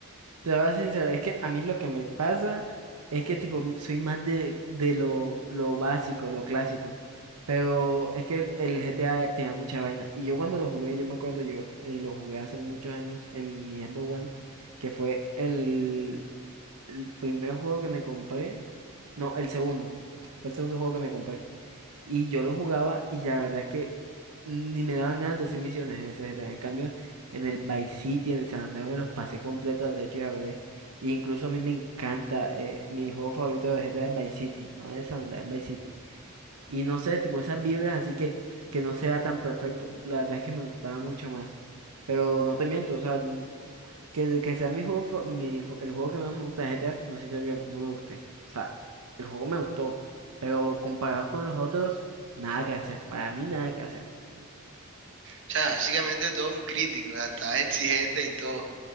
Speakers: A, on the right (about 85°); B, on the right (about 55°).
A: Te voy a ser sincero, es que a mí lo que me pasa es que tipo soy más de, de lo, lo básico, lo clásico. Pero es que el GTA te da mucha vaina. Y yo cuando lo jugué, yo me acuerdo, yo eh, lo jugué hace muchos años en mi Xbox One, que fue el, el primer juego que me compré. No, el segundo. Fue el segundo juego que me compré. Y yo lo jugaba y la verdad es que ni me daban ganas de hacer misiones en ese GTA. En cambio, en el Vice City, en el San Andreas, me los pasé completos de hecho y al revés. E incluso a mí me encanta, eh, mi juego favorito de GTA es Vice City, no es San Andreas, es Vice City. Y no sé, tipo esas vibras así que, que no se vea tan perfecto, la verdad es que me gustaba mucho más. Pero no te miento, o sea, que, que sea mi juego, fa- mi ju- el juego que más me gusta de GTA no significa que no me guste. O sea, el juego me gustó, pero comparado con los otros, nada que hacer. Para mí, nada que hacer.
B: sea, básicamente todo un crítico, hasta exigente y todo.